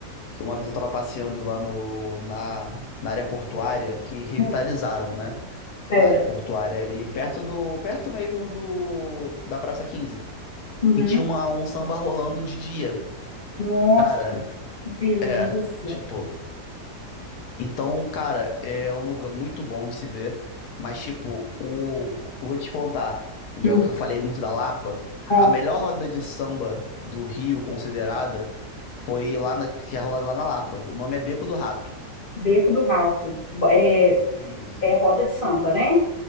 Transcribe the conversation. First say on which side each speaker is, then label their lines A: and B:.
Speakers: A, on the left (about 75°); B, on the left (about 40°).
A: Que uma vez eu tava passeando lá no, na, na área portuária, que revitalizaram,
B: Hum,
A: né?
B: certo.
A: A área portuária ali, perto do, perto mesmo do, da Praça Quinze
B: Uhum.
A: E tinha uma, um samba rolando de dia.
B: Nossa,
A: Cara,
B: que beleza.
A: é, tipo. Então, cara, é um lugar muito bom de se ver, mas tipo, o eu vou te contar, já
B: Hum,
A: que eu falei muito da Lapa,
B: ó,
A: a melhor roda de samba do Rio considerada foi lá na, que é rolada lá na Lapa. O nome é Beco do Rato.
B: Beco do Rato. É,
A: Isso.
B: é roda de samba, né?